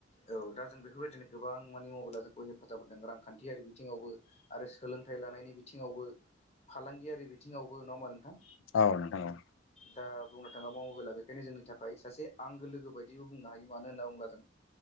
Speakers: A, on the left; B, on the left.
A: औ दा जों बेफोरबायदिनो गोबां माने मबाइला जोंखौ हेफाजाब होदों रांखान्थियारि बिथिङावबो आरो सोलोंथाइ लानायनि बिथिङावबो फालांगियारि बिथिङावबो नङा होमबा नोंथां?
B: औ नोंथां औ
A: दा बुंनो थाङोब्ला मबेला बेखायनो जोंनि थाखाय सासे आंगो लोगो बायदिबो बुंनो हायो मानो होनना बुङोब्ला